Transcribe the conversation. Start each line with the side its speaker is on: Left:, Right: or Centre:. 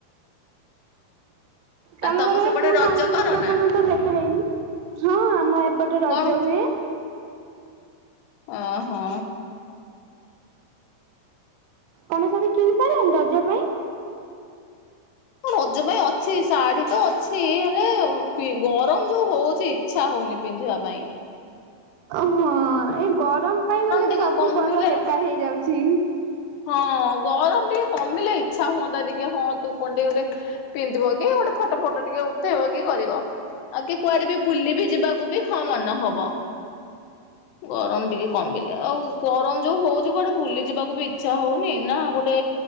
Right: ତମର
Left: ଆଉ ତମ
Right: ମାନେ
Left: ସେପଟେ
Right: କୋଉ
Left: ରଜ
Right: ସାଙ୍ଗ ସହିତ
Left: କର
Right: ଏ
Left: ନା
Right: ପର୍ଯ୍ୟନ୍ତ ଭେଟ ହେଇନି? ହଁ ଆମ ଆ ଏପଟେ ରଜ
Left: କଣ?
Right: ହୁଏ।
Left: ଓହୋ
Right: ତମେ ସବୁ କିଣି ସାରିଲଣି ରଜ ପାଇଁ?
Left: ରଜ ପାଇଁ ଅଛି ଶାଢୀ ତ ଅଛି ହେଲେ ଆଉ ଗରମ ଯୋଉ ହଉଛି ଇଚ୍ଛା ହଉନି ପିନ୍ଧିବା ପାଇଁ।
Right: ଓହୋ ଏ ଗରମ ପାଇଁ ମାନେ
Left: ଟିକେ
Right: ସବୁ
Left: କମିଲେ
Right: ପର୍ବ ବେକାର ହେଇଯାଉଛି। ଜି
Left: ହଁ ଗରମ ଟିକେ କମିଲେ ଇଚ୍ଛା ହୁଅନ୍ତା ଟିକେ ହଁ ତୁ କଣ ଟିକେ ଗୋଟେ ପିନ୍ଧିବ କି ଗୋଟେ ଫଟୋ ଫଟ ଟିକେ ଉଠେଇବ କି କରିବ। ଆଉ କି କୁଆଡେ ବି ବୁଲିବି ଯିବାକୁ ବି ହଁ ମନହବ ଗରମ ଟିକେ କମିଲେ ଆଉ ଗରମ ଯୋଉ ହଉଛି କୁଆଟେ ବୁଲି ଯିବାକୁ ବି ଇଚ୍ଛା ହଉନି ନା ଗୋଟେ